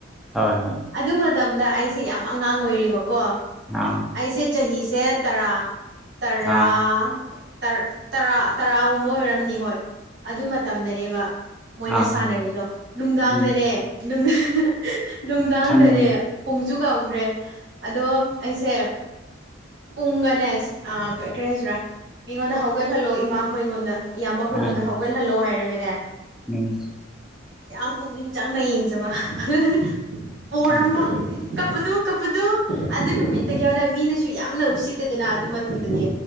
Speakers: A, in the centre; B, on the right.
A: ꯍꯣꯏ ꯍꯣꯏ
B: ꯑꯗꯨ ꯃꯇꯝꯗ ꯑꯩꯁꯦ ꯌꯥꯝ ꯑꯉꯥꯡ ꯑꯣꯏꯔꯤꯕꯀꯣ
A: ꯑꯥ
B: ꯑꯩꯁꯦ ꯆꯍꯤꯁꯦ ꯇꯔꯥ ꯇꯔꯔꯥ
A: ꯑꯥ
B: ꯇꯔ ꯇꯔꯥ ꯇꯔꯥꯒꯨꯝꯕ ꯑꯣꯏꯔꯝꯅꯤ ꯍꯣꯏ ꯑꯗꯨꯃ ꯇꯝꯗꯅꯦꯕ ꯃꯣꯏꯅ
A: ꯑꯥ
B: ꯁꯥꯟꯅꯔꯤꯗꯣ ꯅꯨꯡꯗꯥꯡꯗꯅꯦ
A: ꯎꯝ
B: ꯅꯨꯡ ꯅꯨꯡꯗꯥꯡꯗꯅꯦ
A: ꯈꯪꯉꯤ
B: ꯄꯨꯡꯁꯨ ꯀꯥꯎꯈ꯭ꯔꯦ ꯑꯗꯣ ꯑꯩꯁꯦ ꯄꯨꯡꯒꯅꯦꯁ ꯑ ꯀ ꯀꯔꯤ ꯍꯥꯏꯁꯦꯔꯥ ꯃꯤꯉꯣꯟꯗ ꯍꯧꯒꯠꯍꯜꯂꯣ ꯏꯃꯥꯈꯣꯏꯉꯣꯟꯗ ꯏꯌꯥꯝꯕ ꯈꯣꯢꯉꯣꯟꯗ
A: ꯑꯥ
B: ꯍꯧꯒꯠꯍꯜꯂꯣ ꯍꯥꯏꯔꯒꯅꯦ
A: ꯎꯝ
B: ꯌꯥꯝ ꯄꯨꯛꯅꯤꯡ ꯆꯪꯅ ꯌꯦꯡꯖꯕ ꯑꯗꯨꯗꯨꯗꯤ ꯄꯣꯔꯝꯕ
A: ꯈꯪꯉꯦ
B: ꯀꯞꯄꯗꯨ ꯀꯞꯄꯗꯨ ꯑꯗꯨ ꯅꯨꯃꯤꯠꯇꯒꯤ ꯍꯧꯅ ꯃꯤꯅꯁꯨ ꯌꯥꯝꯅ ꯎꯁꯤꯠꯇꯦꯗꯅ ꯑꯗꯨ ꯃꯇꯨꯡꯗꯗꯤ